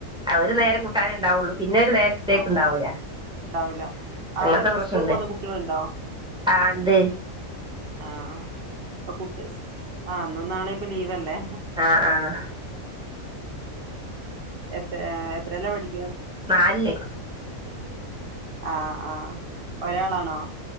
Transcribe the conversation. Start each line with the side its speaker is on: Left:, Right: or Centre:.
Centre: ഒര്
Right: ഉം
Centre: നേരം കൂട്ടാനെ ഉണ്ടാവുള്ളു പിന്നൊരു നേരത്തേക്ക്
Right: ആഹ്
Centre: ഇണ്ടാവൂല
Right: ഉണ്ടാവൂല അവിടെ
Centre: അങ്ങനത്തെ പ്രശ്നണ്ട്
Right: സ്കൂൾ പോകുന്ന
Centre: ആഹ്
Right: കുട്ടികളുണ്ടോ
Centre: ആ ഇണ്ട്
Right: ആഹ് അപ്പൊ കുട്ടി ആഹ് ഇന്നും നാളെപ്പം ലീവല്ലേ
Centre: ആഹ് ആഹ്
Right: ഉം എത്ര ആഹ് എത്രേല പഠി
Centre: നാലില്
Right: ആഹ് ആഹ് ഒരാളാണോ